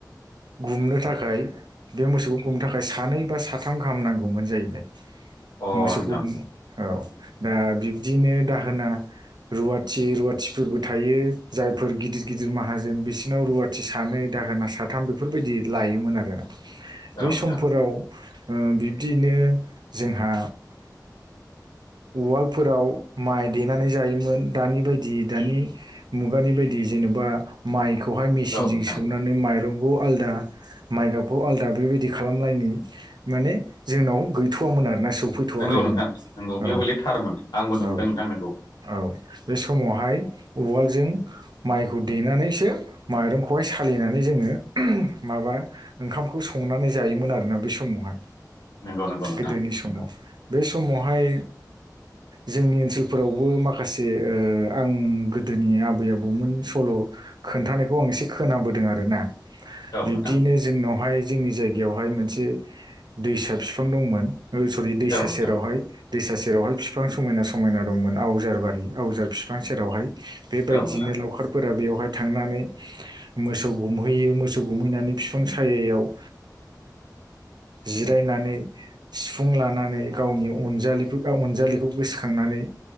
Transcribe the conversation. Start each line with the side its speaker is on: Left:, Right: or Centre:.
Right: गुमनो थाखाय बे मोसौखौ गुमनो थाखाय सानै बा साथाम गाहाम नांगौमोन जाहैबाय।
Left: अ
Right: मोसौखौनो
Left: नोंथां
Right: औ दा बिब्दिनो दाहोना रुवाथि रुवाथिफोरबो थायो जायफोर गिदिर गिदिर माहाजोन बिसोरनाव रुवाथि सानै दाहोना साथाम बेफोरबायदि लायोमोन आरोना
Left: औ
Right: बे
Left: नोंथां
Right: समफोराव ओ बिब्दियैनो जोंहा उवालफोराव माइ देनानै जायोमोन दानि बायदि दानि मुगानि बायदि जेनेबा माइखौहाय मेसिनजों
Left: औ नोंथां
Right: सौनानै माइरंखौ आलादा माइगाबखौ आलादा बेबायदि खालामनायनि माने जोंनाव गैथ'वामोन आरोना सफैथ'वाखैमोन
Left: नंगौ नोंथां नंगौ बेयाव
Right: औ
Left: हले थारमोन आंबो नुबोदों
Right: औ
Left: नोंथां नंगौ
Right: औ बे समावहाय उवालजों माइखौ देनानैसो माइरंखौहाय सालिनानै जोङो माबा ओंखामखौ संनानै जायोमोन आरोना बै समावहाय
Left: नंगौ नंगौ नोंथां
Right: गोदोनि समाव
Left: नंगौ
Right: बे समावहाय जोंनि ओनसोलफोरावबो माखासे ओ आं गोदोनि आबै आबौमोन सल' खोन्थानायखौ आं एसे खोनाबोदों आरोना
Left: औ
Right: बिब्दिनो
Left: नोंथां
Right: जोंनावहाय जोंनि जायगा बेयावहाय मोनसे दैसा बिफां दंमोन सरि दैसा
Left: औ नोंथां
Right: सेरावहाय दैसा सेरावहाय बिफां समायना समायना दंमोन आवजार बारि आवजार बिफां सेरावहाय बेबायदिनो
Left: औ नोंथां
Right: लावखारफोरा बेवहाय थांनानै मोसौ गुमहैयो मोसौ गुमहैनानै बिफां सायायाव ओ जिरायनानै सिफुं लानानै गावनि अनजालि बा अनजालिखौ गोसोखांनानै